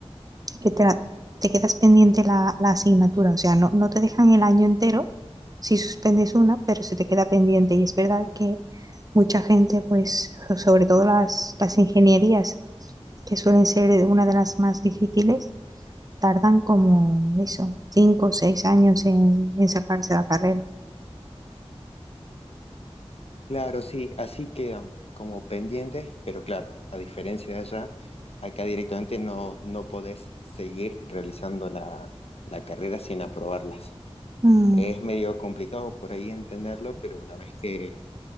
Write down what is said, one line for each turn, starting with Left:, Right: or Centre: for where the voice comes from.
Right: que te, la- te quedas pendiente la, la asignatura, o sea, no, no te dejan el año entero si suspendes una, pero se te queda pendiente. Y es verdad que mucha gente, pues, so- sobre todo las, las ingenierías, que suelen ser una de las más difíciles, tardan como eso, cinco o seis años en, en sacarse la carrera.
Left: Claro, sí, así quedan como pendientes, pero claro, a diferencia de allá, acá directamente no, no podés seguir realizando la, la carrera sin aprobarlas.
Right: Mm,
Left: Es medio complicado por ahí entenderlo, pero una vez que,